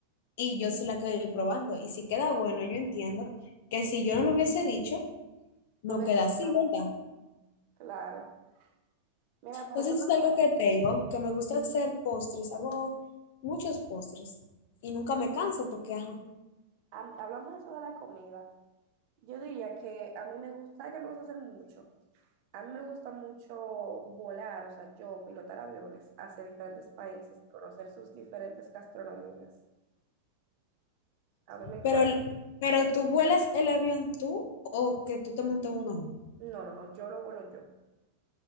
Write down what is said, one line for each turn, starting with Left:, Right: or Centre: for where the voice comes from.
Left: y yo soy la que probando. Y si queda bueno, yo entiendo que si yo no lo hubiese dicho, no
Right: No voy
Left: queda
Right: a
Left: así, ¿verdad?
Right: claro. Mira, pero
Left: Entonces
Right: otro
Left: es algo
Right: lado,
Left: que tengo, que me gusta hacer postres, hago muchos postres y nunca me canso porque, ajá.
Right: am- hablando de eso de la comida, yo diría que a mí me gusta, que me gusta hacer mucho. A mí me gusta mucho volar, o sea, yo pilotar aviones hacia diferentes países, conocer sus diferentes gastronomías. A mí me encanta.
Left: Pero, pero tú vuelas el avión tú o que tú te montas en un avión.
Right: No, no, no, yo lo vuelo yo.